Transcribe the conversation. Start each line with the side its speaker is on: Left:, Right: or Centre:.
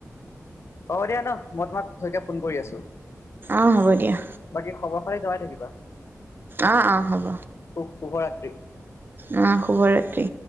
Left: হ'ব দিয়া ন? মই তোমাক পিছতকে ফোন কৰি আছোঁ।
Right: অ', হ'ব দিয়া।
Left: বাকী খবৰ খালি যাই থাকিবা।
Right: অ', অ', হ'ব।
Left: শু শুভৰাত্ৰি।
Right: উম, শুভৰাত্ৰি।